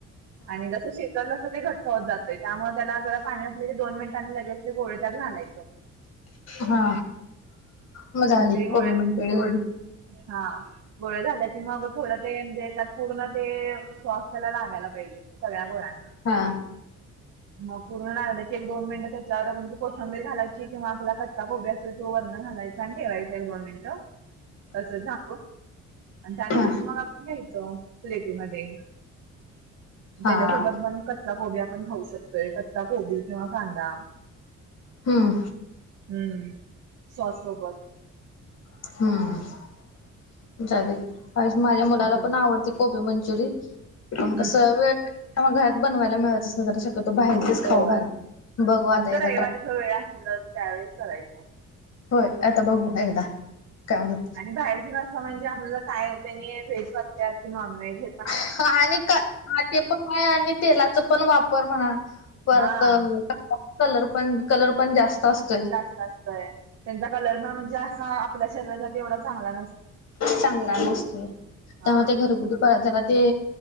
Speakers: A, on the right; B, on the left.
A: आणि जसं शिजवलं ते घट्ट होत जातंय, त्यामुळं त्याला जरा पाणी असले की दोन मिनिटांनी लगेच ते गोळे त्यात घालायचं.
B: हा मग झाली,
A: ते गोळे
B: गोबी मांचुरियन <unintelligible>
A: हा गोळा झालं की मग थोडं ते म्हणजे त्यात पूर्ण ते सॉसत् याला लागायला पाहिजे, सगळ्या गोळ्यांना.
B: हा.
A: मग पूर्ण लागलं की एक दोन मिनिट त्यात त्यावर म्हणजे कोथंबीर घालायची किंवा आपला कच्चा कोबी असतोय तो वरनं घालायचा आणि ठेवायचं ऐक दोन मिनटं. तस झाकून आणि त्यानंतर
B: हा
A: मग आपण घ्यायचं प्लेटीमध्ये.
B: हा
A: त्याच्यासोबत पण कच्चा कोबी आपण खाऊ शकतोय कच्चा कोबी किंवा कांदा.
B: हम्म
A: हम्म सॉस सोबत.
B: हम्म ले अ माझ्या मुलाला
A: हम्म
B: पण आवडते. कोबी मंचुरियन पण
A: हम्म
B: तस वेळ घरात बनवायला मिळायचं नाही. बाहेरच
A: होय
B: खाऊल बघ
A: म्हणजे
B: आता एकदा
A: जर रविवारीच
B: ट्राय.
A: वेळ असेल तर त्यावेळेस करायचं.
B: होय आता बघू एकदा काय होत.
A: आणि बाहेरची भाषा म्हणजे आपल्या ज काय त्यांनी व्हेज भरतेात की नॉन व्हेज.
B: हा आणि. पण आहे आणि तेलाचा पण वापर म्हणा परत.
A: हा
B: कलर पण कलर पण जास्त असत.
A: जास्त असतय त्यांचा कलर पण म्हणजे असा आपल्या शरीरासाठी एवढा चांगला नाही.
B: चांगला नसतो
A: हा
B: त्याव ते घरगुती. पररा ते